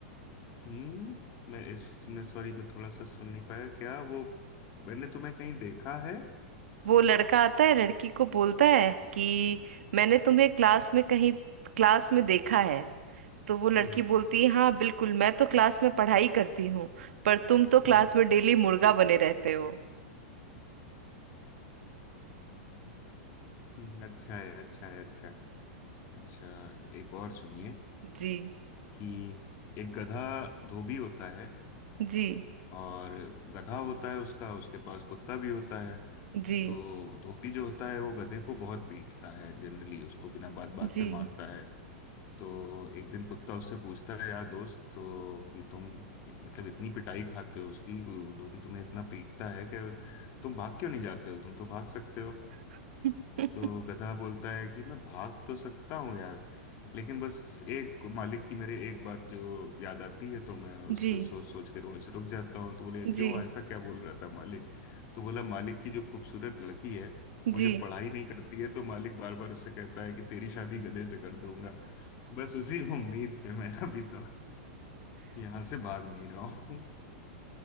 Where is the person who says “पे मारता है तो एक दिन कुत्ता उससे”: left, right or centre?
Left